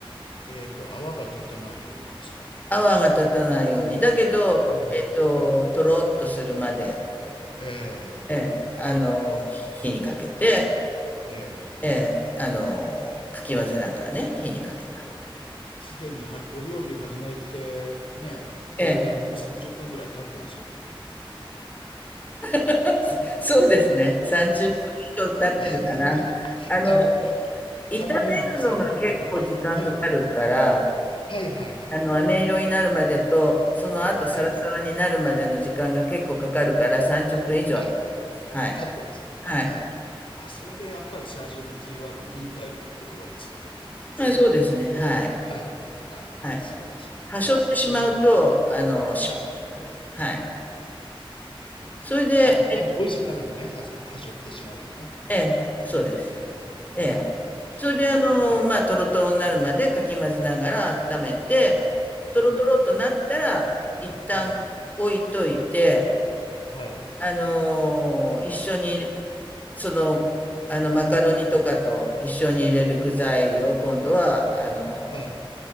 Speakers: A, on the left (about 70°); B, on the left (about 15°).
A: えっと、泡が立たないようにですか？
B: 泡が立たないように。だけど、
A: うん、
B: えっと、
A: うん。
B: とろっとするまで、
A: ええ、
B: ええ、あの、
A: え
B: 火にかけて、
A: え、え
B: ええ、
A: ー
B: あの、かき混ぜながらね、火にかけます。
A: すでにはお料理始めて、ね、これでもう30分ぐらい経ってますよね。
B: ええ。<laughs> そうですね。30分以上経ってるかな。
A: <laughs>
B: あの、
A: あの、
B: 炒めるのが結構時間かかるから、
A: 玉ねぎ刻むとこから、はい。はいはいはいはい。
B: あの、飴色になるまでと、その後サラサラになるまでの時間が結構かかるから30分以上は経ちます。
A: はい、はい、
B: はい。
A: 経ってますね。
B: はい。
A: はい。あ、それでやっぱり最初のキーワード、忍耐っていう言葉に繋がるわけですね。
B: はい、そうですね。はい。
A: はいはいはい。
B: はい。
A: 素晴らしい。
B: 端折ってしまうと、
A: はい。
B: あの、失敗します。
A: はい。
B: はい。それで、
A: あ、
B: えっと、
A: あの、美味しくないのね、は、はしょってしまうとね。
B: ええ、そうです。
A: はい、
B: ええ。
A: はい、はい、
B: それで、
A: はい。
B: あの、まあ、トロトロになるまでかき混ぜながら温めて、
A: うん、
B: トロトロとなったら、
A: うん、
B: 一旦置いといて、
A: はい、はい、
B: あの一緒に、その、あの、マカロニとかと一緒に入れる具材を今度は、あの
A: はい、